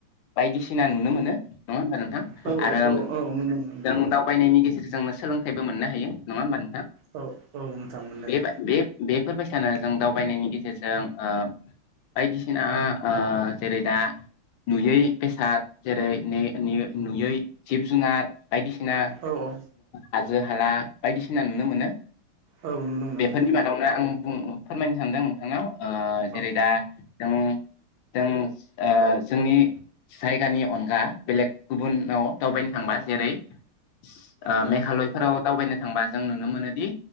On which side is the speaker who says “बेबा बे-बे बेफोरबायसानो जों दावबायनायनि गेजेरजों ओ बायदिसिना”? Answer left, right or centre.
Left